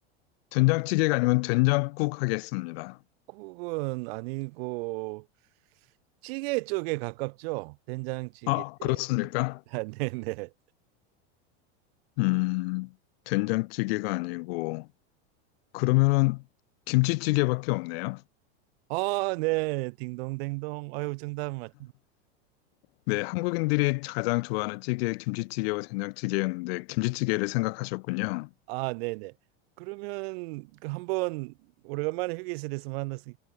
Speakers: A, on the left; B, on the right.
A: 된장찌개가 아니면 된장국 하겠습니다.
B: 국은 아니고 찌개 쪽에 가깝죠. 된장찌개.
A: 아,
B: <laughs>
A: 그렇습니까?
B: 아, 네네.
A: 음, 된장찌개가 아니고, 그러면은 김치찌개밖에 없네요.
B: 아, 네. 딩동댕동. 아유, 정답 맞습니다.
A: 네, 한국인들이 가장 좋아하는 찌개 김치찌개와 된장찌개였는데 김치찌개를 생각하셨군요.
B: 아, 네네. 그러면 그 한번 오래간만에 휴게실에서 만나서